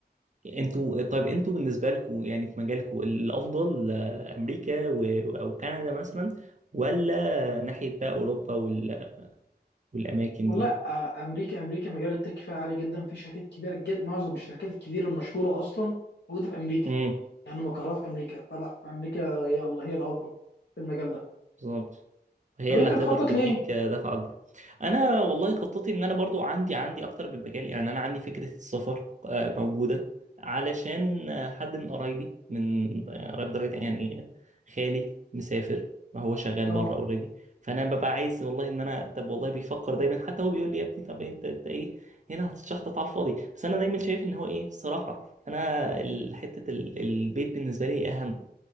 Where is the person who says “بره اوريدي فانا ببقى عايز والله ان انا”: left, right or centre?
Right